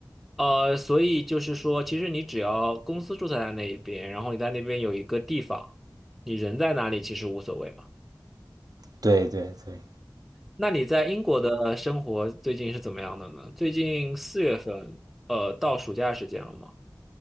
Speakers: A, in the centre; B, on the right.
A: 呃，所以就是说，其实你只要公司注册在那一边，然后你在那边有一个地方，你人在哪里其实无所谓嘛。
B: 对对对，
A: 那你在英国的生活最近是怎么样的呢？最近四月份，呃，到暑假时间了吗？